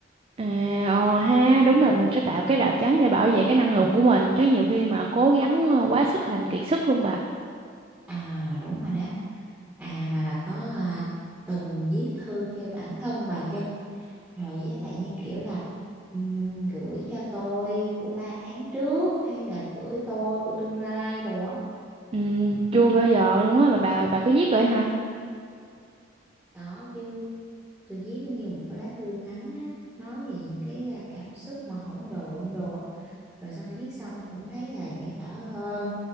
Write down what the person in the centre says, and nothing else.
à đúng rồi đó à mà bà có à, từng viết thư cho bản thân bà chưa rồi với lại như kiểu là ừm, gửi cho tôi của 3 tháng trước hay là gửi tôi của tương lai đồ á
có chứ tôi viết giống như một cái lá thư ngắn á nói về những cái à, cảm xúc mà hỗn độn đồ á rồi xong viết xong cũng thấy là dễ thở hơn